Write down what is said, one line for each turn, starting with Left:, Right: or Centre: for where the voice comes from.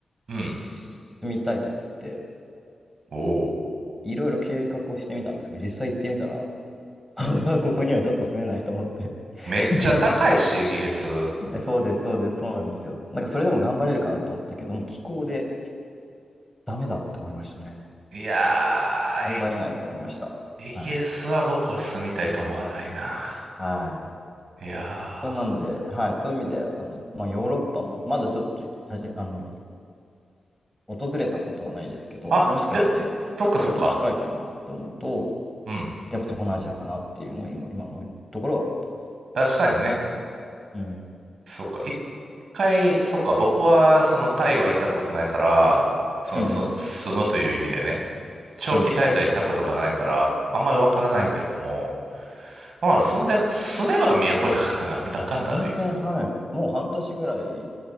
Right: うん。
Centre: 住みたいと思って、
Right: おお。
Centre: いろいろ計画をしてみたんですけど、実際行ってみたら、<laughs> ここにはちょっと住めないと思って
Right: めっちゃ高いし、
Centre: <laughs>
Right: イギリス。
Centre: そうです、そうです、そうなんですよ。なんかそれでも頑張れるかなと思ったけども、気候でダメだって思いましたね。
Right: いやー、
Centre: 頑張れないと思いました。
Right: イイギリスは僕は住みたいと思わないな。
Centre: はい。はい。
Right: いやー。
Centre: そうなんで、はい、そういう意味で、あの、まあ、ヨーロッパも、まだちょっとはじ、あの、訪れたことはないですけど、
Right: あ、
Centre: もしかして、
Right: で、そっかそっか。
Centre: これと近いかもなって思うと、
Right: うん。
Centre: やっぱ東南アジアかなっていうのを今、今のところは思ってます。
Right: 確かにね。
Centre: うん。
Right: そうか、一回、そうか、僕は、その、タイは行ったことないから、その、
Centre: うんうん。
Right: そ、住むという意味でね、長期滞在したことがないから、
Centre: うん。
Right: あんまりわからないけれども、
Centre: はい。
Right: まあ、住んで、住めば都だからなんだかんだで言って。
Centre: 全然、はい。もう半年ぐらい